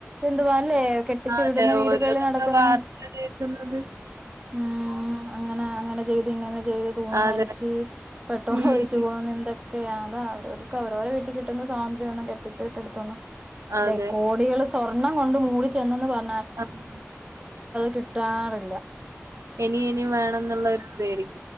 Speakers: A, on the right; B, on the right.
A: എന്തുവാനീ ഇതല്ലേ കെട്ടിച്ചുവിടുന്ന
B: അതെ
A: വീടുകളിൽ
B: ഓരോന്നൊക്കെ
A: നടക്കുന്നേ.
B: വാർത്ത കേക്കുന്നത്
A: ഉംഅങ്ങനെ അങ്ങനെയ- ഇങ്ങനെചെയ്ത്‌ തൂങ്ങി
B: അതെ
A: മരിച്ചു പെട്രോൾഒഴിച്ചുകൊന്നു
B: ഉം
A: എന്തൊക്കെ ഇതെക്കയാ അതാ അവരവർക്ക് അവരുടെ വീട്ടിൽ കിട്ടുന്ന സ്വാതന്ത്ര്യം ഒന്നും കെട്ടിച്ച് വിട്ടടുത്തൊന്നും. അല്ലേ
B: അതെ
A: കോടികൾ സ്ത്രീ സ്വർണ്ണം കൊണ്ട്മൂടിച്ചെ ന്നെന്ന് പറഞ്ഞാ
B: <unintelligible>
A: കിട്ടാറില്ല
B: ഇനിം ഇനിം വേണന്നുള്ള ഇതായിരിക്കും.